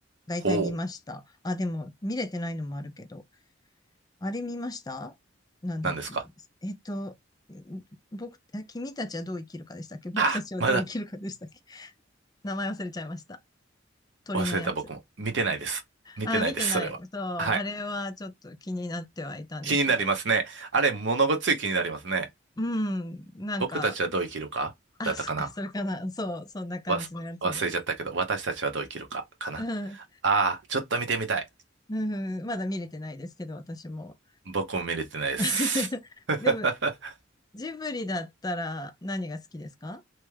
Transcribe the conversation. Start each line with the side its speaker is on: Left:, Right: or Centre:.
Left: 大体見ました。
Right: ほう。
Left: あ、でも、見れてないのもあるけど。あれ見ましたなんだっけえっと、
Right: 何ですか
Left: ん僕、あ君たちはどう生きるかでしたっけ僕たちはどう生きるかでしたっけ
Right: あ、まだ
Left: <laughs> 名前忘れちゃいました。鳥のやつ。
Right: 忘れた僕も。見てないです。見てないです、
Left: あ、見てない。
Right: それは。
Left: そう、あれはちょっと気になってはいたんですが。
Right: はい。気になりますね。あれ、物ごっつい気になりますね。
Left: うん、なんか、
Right: 僕たちはどう生きるかだったかな。
Left: あ、そっか、それかな。そう、そんな感じのやつで。
Right: わす、忘れちゃったけど、私たちはどう生きるかかな。
Left: うん、
Right: ああ、ちょっと見てみたい。
Left: うん、まだ見れてないですけど、私も。
Right: 僕も見れてないです。
Left: <laughs>
Right: <laughs>
Left: でも、ジブリだったら何が好きですか